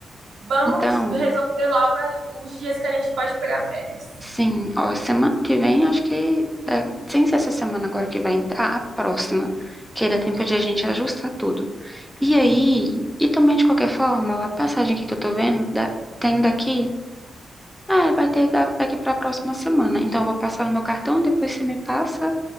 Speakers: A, on the right; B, in the centre.
A: vamos
B: então,
A: <laughs> resolver logo a- os dias que a gente pode pegar férias.
B: Sim, ó, semana que vem, acho que, dá- sem ser essa semana agora que vai entrar, a próxima, que aí dá tempo de a gente ajustar tudo. E aí, e também de qualquer forma, a passagem aqui que eu tô vendo, dá- tem daqui, ah, vai ter da- daqui pra próxima semana. Então eu vou passar no meu cartão, depois você me passa